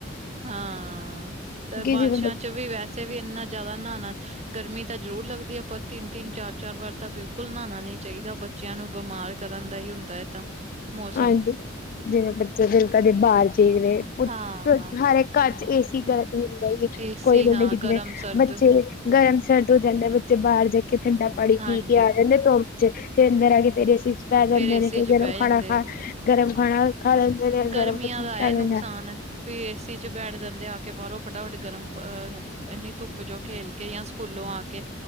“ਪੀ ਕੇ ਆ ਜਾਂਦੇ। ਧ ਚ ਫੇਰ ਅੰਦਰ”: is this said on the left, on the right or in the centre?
Left